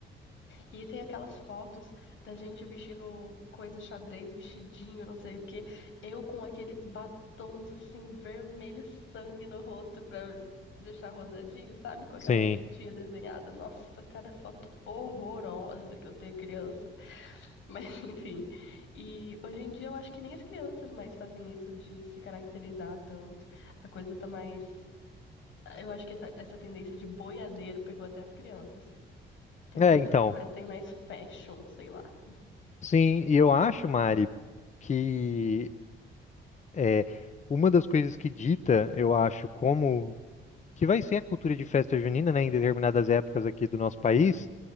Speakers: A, on the left; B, on the left.
A: E tem aquelas fotos da gente vestindo coisa xadrez, vestidinho, não sei o quê. Eu com aqueles batons assim, vermelho sangue no rosto pra deixar rosadinho, sabe? Com aquelas
B: sim.
A: pintinhas desenhadas. Nossa, cada foto horrorosa que eu tenho criança. Mas <laughs> enfim. E hoje em dia eu acho que nem as crianças mais fazem isso de se caracterizar tanto. A coisa tá mais. Eu acho que essa, essa tendência de boiadeiro pegou até as crianças. Que
B: É,
A: agora
B: então.
A: eles se vestem mais fashion, sei lá.
B: Sim, e eu acho, Mari, que é, uma das coisas que dita, eu acho, como que vai ser a cultura de festa junina, né, em determinadas épocas aqui do nosso país,